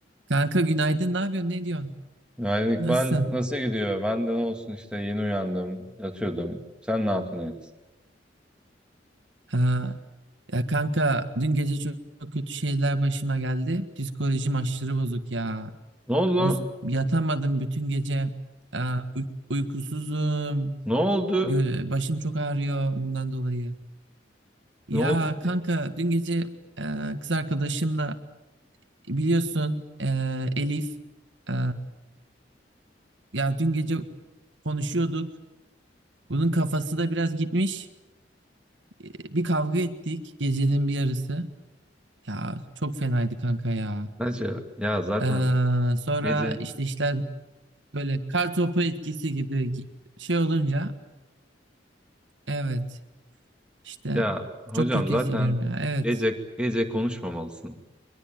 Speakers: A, on the right; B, in the centre.
A: Kanka günaydın. Ne yapıyorsun? Ne diyorsun?
B: Günaydın İkbal.
A: Nasılsın?
B: Nasıl gidiyor? Ben de ne olsun işte yeni uyandım. Yatıyordum. Sen ne yaptın et?
A: Ha, ya kanka dün gece çok, çok kötü şeyler başıma geldi. Psikolojim aşırı bozuk ya.
B: Ne oldu? lan?
A: Bu yatamadım bütün gece. Aa, uy- uykusuzum.
B: Ne oldu?
A: Gö- başım çok ağrıyor bundan dolayı. Ya
B: Ne oldu ki?
A: kanka dün gece e, kız arkadaşımla biliyorsun e, Elif e, ya dün gece konuşuyorduk. Bunun kafası da biraz gitmiş. E, Bir kavga ettik gecenin bir yarısı. Ya çok fenaydı kanka ya.
B: Hacı ya zaten
A: Ee, sonra
B: gece
A: işte işler böyle kar topu etkisi gibi gi- şey olunca evet işte
B: ya hocam
A: çok kötü
B: zaten
A: hissediyorum ya. Evet.
B: gece gece konuşmamalısın.